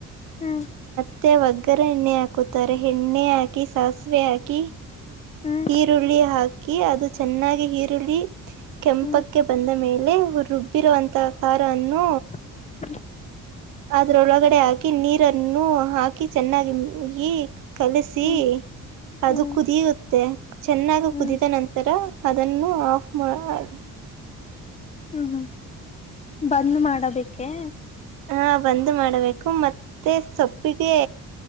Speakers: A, on the left; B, on the right.
A: ಹ್ಮ್
B: ಮತ್ತೆ ಒಗ್ಗರಣೆ ಹಾಕುತ್ತಾರೆ ಎಣ್ಣೆ ಹಾಕಿ ಸಾಸಿವೆ ಹಾಕಿ.
A: ಹ್ಮ್
B: ಈರುಳ್ಳಿ ಹಾಕಿ ಅದು ಚೆನ್ನಾಗಿ ಈರುಳ್ಳಿ ಕೆಂಪಕ್ಕೆ
A: ಹ್ಮ್
B: ಬಂದ ಮೇಲೆ ರುಬ್ಬಿರುವಂತಹ ಕಾರ ಅನ್ನು.
A: ಹ್ಮ <unintelligible>
B: ಅದ್ರ ಒಳಗಡೆ ಹಾಕಿ ನೀರನ್ನು ಹಾಕಿ ಚೆನ್ನಾಗಿ ಕಲಸಿ
A: ಹ್ಮ್
B: ಅದು
A: ಹ್ಮ್
B: ಕುದಿಯುತ್ತೆ ಚೆನ್ನಾಗ
A: ಹ್ಮ್
B: ಕುದಿದ
A: ಹ್ಮ್
B: ನಂತರ. ಅದನ್ನು ಆಫ್ ಮಾಡ
A: ಹ್ಮ್ ಹ್ಮ್ ಬಂದ್ ಮಾಡಬೇಕೇ
B: ಹಾ ಬಂದ್ ಮಾಡಬೇಕು ಮತ್ತೆ ಸಬ್ಪ್ಪಿಗೆ